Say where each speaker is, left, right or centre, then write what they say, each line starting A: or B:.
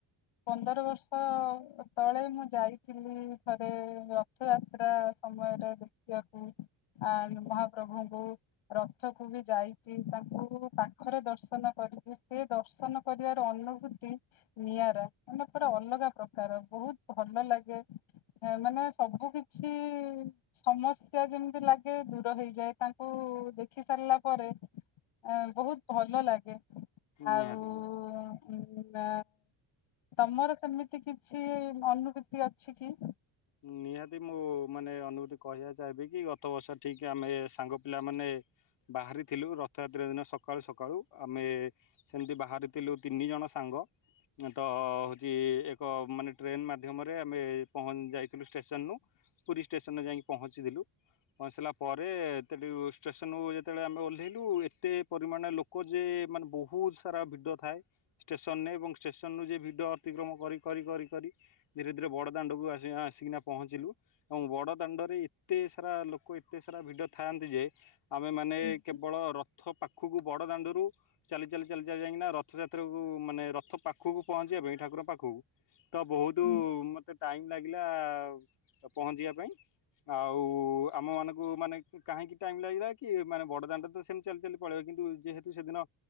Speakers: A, on the left; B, on the left.
A: ପନ୍ଦର ବର୍ଷ ତଳେ ମୁଁ ଯାଇଥିଲି ଥରେ ର ରଥ ଯାତ୍ରା ସମୟରେ ଦେଖିବାକୁ ଆନ୍ ମହାପ୍ରଭୁ
B: <inaudible>
A: ରଥକୁ ବି ଯାଇଚି ତାଙ୍କୁ ପାଖରେ ଦର୍ଶନ କରିଚି ସେ ଦର୍ଶନ କରିବାର ଅନୁଭୂତି ନିଆଁରା ମାନେ ପୁରା ଅଲଗା ପ୍ରକାର ବୋହୁତ୍ ଭଲ ଲାଗେ ମାନେ ସବୁ କିଛି ସମସ୍ୟା ଯେମିତି ଲାଗେ ଦୂର ହେଇଯାଏ ତା ଙ୍କୁ ଦେଖି ସାରିଲା ପରେ ଅ ବୋହୁତ୍ ଭଲ ଲାଗେ। ଆଉ
B: ନିହାତି
A: ଉଁ ତମର ସେମିତି କିଛି ଅନୁଭୂତି ଅଛି କି?
B: ନିହାତି ମୁଁ ମାନେ ଅନୁଭୂତି କହିବା ଚାହିଁବି କି ଗତ ବର୍ଷ ଠିକ୍ ଆମେ ସାଙ୍ଗ ପିଲା ମାନେ ବାହାରିଥିଲୁ ରଥଯାତ୍ରା ଦିନ ସକାଳୁ ସକାଳୁ ଆମେ ସେମିତି ବାହାରିଥିଲୁ ତିନି ଜଣ ସାଙ୍ଗ ତ ହଉଚି ଏକ ମାନେ ଟ୍ରେନ ମାଧ୍ୟମରେ ଆମେ ପହଞ୍ଚି ଯାଇ ଥିଲୁ ଷ୍ଟେସନ୍ରୁୁ ପୁରୀ ଷ୍ଟେସନ୍ ରେ ଯାଇକି ପହଞ୍ଚିଥିଲୁ। ପହଞ୍ଚିଲା ପରେ ସେଠୁ ଷ୍ଟେସନରୁ ଯେତେବେଳେ ଆମେ ଓହ୍ଲେଇଲୁ ଏତେ ପରିମାଣରେ ଲୋ କ ଯେ ମାନେ ବହୁତ୍ ସାରା ଭିଡ ଥାଏ। ଷ୍ଟେସନରେ ଏବଂ ଷ୍ଟେସନରୁ ଯେ ଭିଡି ଅତିକ୍ରମ କରି କରି କରି କରି ଧୀରେ ଧୀରେ ବଡ଼ ଦାଣ୍ଡକୁ ଆସିବା ଆସ୍ କିନା ପହଞ୍ଚିଲୁ। ଏବଂ ବଡ଼ ଦାଣ୍ଡରେ ଏତେ ସାରା ଲୋକ ଏତେ ସାରା ଭିଡ ଥାଆନ୍ତି ଯେ ଆମେମାନେ
A: ହୁଁ
B: କେବଳ ରଥ ପାଖକୁ ବଡ଼ ଦାଣ୍ଡରୁ ଚାଲି ଚାଲି ଚାଲି ଚାଲି ଯାଇକିନା ରଥଯାତ୍ରାକୁ ମାନେ ରଥ ପାଖକୁ ପହଞ୍ଚିବା ପାଇଁ ଠାକୁଙ୍କ ପାଖକୁ ତ ବହୁତ
A: ହୁଁ।
B: ମତେ ଟାଇମ୍ ଲାଗିଲା। ଆ ପହଞ୍ଚିବା ପାଇଁ। ଆଉ ଆମ ମାନଙ୍କୁ ମାନେ କାହିଁକି ଟାଇମ ଲାଗିଲା କି? ମାନେ ବଡ ଦାଣ୍ଡ ତ ସେମିତି ଚାଲି ଚାଲି ପଳେଇବେ। କିନ୍ତୁ ଯେହେତୁ ସେଦିନ